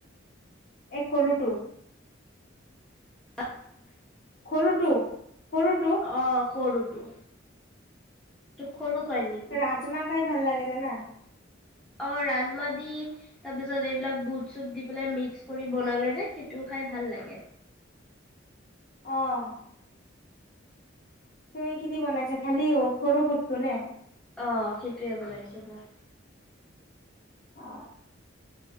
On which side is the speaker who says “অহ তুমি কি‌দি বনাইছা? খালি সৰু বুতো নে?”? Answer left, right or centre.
Left